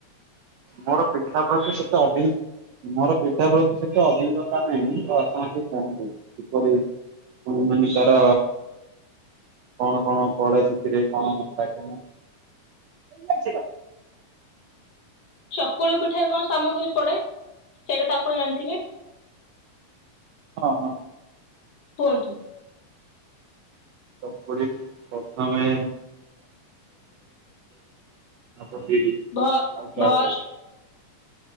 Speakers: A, on the right (about 75°); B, on the left (about 55°).
A: ମୋର ପିଠା ପ୍ରତି ସେତେ ଅ ମୋର ପିଠା ପ୍ରତି ସେତେ ଅଭିଜ୍ଞତା ନାହିଁ ତ ଆପଣ ଟିକେ କୁହନ୍ତୁ କିପରି ହ ମାନେ ତାର ହ କଣ, କଣ ପଡେ ସେଥିରେ କଣ, କଣ? <unintelligible>
B: ଚକୁଳୁ ପିଠାରେ କଣ ସାମଗ୍ରୀ ପଡ଼େ ସେଇଟା ତ ଆପଣ ଜାଣିଥିବେ।
A: ହଁ, ହଁ।
B: କୁହନ୍ତୁ।
A: ଚକୁଳି ପ୍ରଥମେ <unintelligible> ବିରି
B: ଭ
A: ଆଉ ଚାଉଳ
B: ଭ।